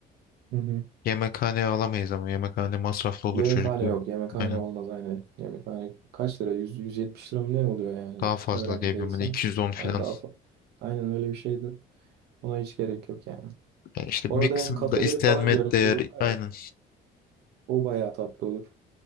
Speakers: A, on the right; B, on the left.
A: Hı hı.
B: Yemekhane alamayız ama yemekhane masraflı olur
A: Yemekhane
B: çocukların.
A: yok. Yemekhane
B: Aynen.
A: olmaz aynen. Yemekhane kaç lira? yüz yüz 170 lira mı ne oluyor yani?
B: Daha fazla
A: Öğrenci
B: diyebilirim.
A: değilsen.
B: Hani 210 filan.
A: Yani daha fa- Aynen öyle bir şeydi. Ona hiç gerek yok yani.
B: Yani işte
A: Orada
B: bir kısmı
A: hem kafeleri
B: da istenmet
A: falan görmüş
B: değer.
A: olurlar
B: Aynen.
A: ya. O bayağı tatlı olur.